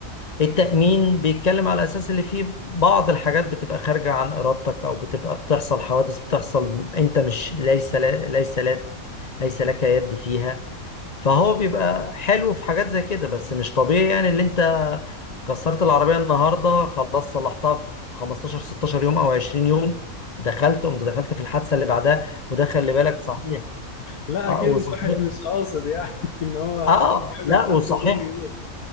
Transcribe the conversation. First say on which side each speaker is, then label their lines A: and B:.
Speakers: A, on the left (about 30°); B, on the left (about 85°).
A: التأمين بيتكلم على أساس اللي فيه بعض الحاجات بتبقى خارجة عن إرادتك أو بتبقى بتحصل حوادث بتحصل أنت مش ليس لا- ليس لا- ليس لك يد فيها فهو بيبقى حلو في حاجات زي كده بس مش طبيعي يعني اللي أنت كسرت العربية النهاردة خلاص صلحتها في 15 16 يوم أو 20 يوم دخلت قمت دخلت في الحادثة اللي بعدها وده خلي بالك صحيح
B: لا
A: اه
B: اكيد
A: وصحيح
B: الواحد مش قاصد يعني <laughs> ان هو
A: اه
B: يعمل
A: لا وصحيح
B: حادثه كل يوم